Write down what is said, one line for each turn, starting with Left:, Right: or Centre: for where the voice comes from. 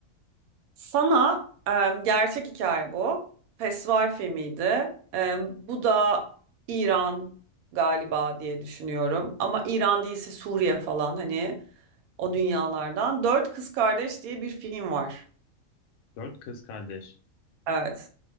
Right: Sana e, gerçek hikaye bu. Festival filmiydi. E, bu da İran galiba diye düşünüyorum. Ama İran değilse Suriye falan hani o dünyalardan. Dört Kız Kardeş diye bir film var.
Left: Dört Kız Kardeş.
Right: Evet.